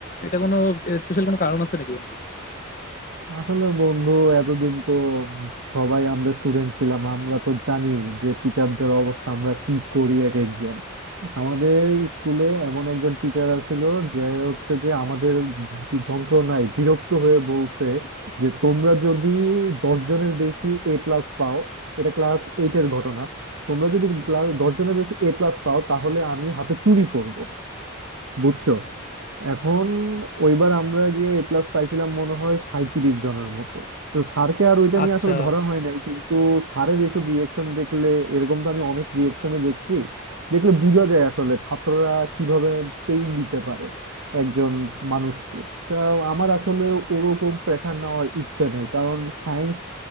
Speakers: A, on the left; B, on the right.
A: এটা কোনো স্পেশাল কোনো কারণ আছে নাকি বন্ধু
B: আসলে বন্ধু এতদিন তো সবাই আমরা স্টুডেন্ট ছিলাম আমরা তো জানি যে টিচারদের অবস্থা আমরা কি করি এক একজন আমাদের স্কুলে এমন একজন টিচার আছিল যে হচ্ছে যে আমাদের বি- যন্ত্রণায় বিরক্ত হয়ে বলছে যে তোমরা যদি দশ জনের বেশি এ প্লাস পাও এটা ক্লাস এইট এর ঘটনা তোমরা যদি ক্লাস দশ জনের বেশি এ প্লাস পাও তাহলে আমি হাতে চুড়ি পরব বুঝছো এখন ওইবার আমরা গিয়ে এ প্লাস পাইছিলাম মনে হয় সাঁইত্রিশ জনের মতো তো স্যারকে আর ওইটা নিয়ে
A: আচ্ছা
B: আসলে ধরা হয় নাই কিন্তু স্যারের এসব রিয়েকশন দেখলে এরকম তো আমি অনেক রিয়েকশনে দেখছি দেখলে বোঝা যায় আসলে ছাত্ররা কিভাবে পেইন দিতে পারে একজন মানুষকে তা আমার আসলে ওরকম প্রেশার নেওয়ার ইচ্ছে নেই কারণ সায়েন্স